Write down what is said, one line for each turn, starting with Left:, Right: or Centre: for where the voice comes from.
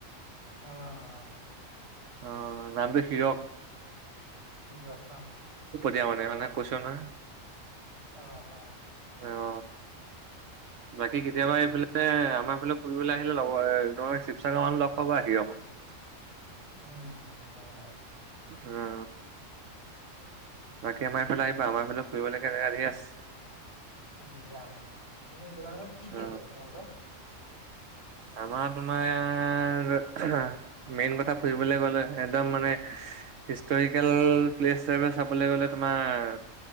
Left: অঁ অঁ।
Right: অ নামটো হিৰক।
Left: হিৰযক ন।
Right: দিয়া মানে মানে কৈছো না।
Left: অহ অহ।
Right: অ। বাকী কেতিয়াবা এইফালে আমাৰ এইফালে ফুৰিবলৈ আহিলে লব তোম শিৱসাগৰ মানুহ লগ পাব আহি হব। <unintelligible>
Left: উম উম হয় হয়।
Right: অ। বাকী আমাৰ এইফালে আহিবা আমাৰ ফালে ফুৰিবলৈকে জেগা ধ আছে।
Left: উম যাম অ এনেই গোলাঘাটত কি কি
Right: অ
Left: আছে তোমালোকৰ।
Right: আমাৰ তোমাৰ মেইন কথা ফুৰিবলে গলে একদম মানে। হিষ্টৰিকেল প্লেচ হিচাপে চাবলৈ গলে তোমাৰ।